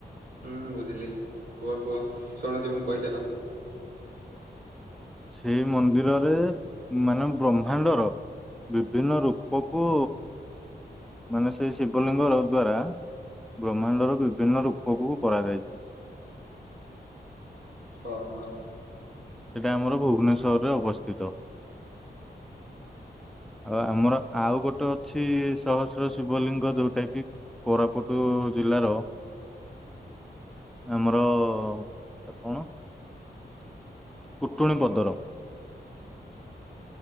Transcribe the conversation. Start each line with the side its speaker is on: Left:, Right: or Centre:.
Right: ହୁଁ ବୁଝିଲି କୁହ କୁହ ଶୁଣୁଛି ମୁଁ କହିଚାଲ।
Centre: ସେଇ ମନ୍ଦିରରେ ମାନେ ବ୍ରହ୍ମାଣ୍ଡର ବିଭିନ୍ନ ରୂପକୁ ମାନେ ସେଇ ଶିବଲିଙ୍ଗର ଦ୍ଵାରା ବ୍ରହ୍ମାଣ୍ଡର ବିଭିନ୍ନ ରୂପକୁ କରାଯାଇଛି।
Right: ଓହୋ
Centre: ସେଟା ଆମର ଭୁବନେଶ୍ଵରରେ ଅବସ୍ଥିତ। ଆଉ ଆମର ଆଉ ଗୋଟେ ଅଛି ସହସ୍ର ଶିବଲିଙ୍ଗ ଯୋଉଟା କି କୋରାପୁଟୁ ଜିଲ୍ଲାର ଆମର ଟେ କଣ? କୁଟୁଣି ପଦର।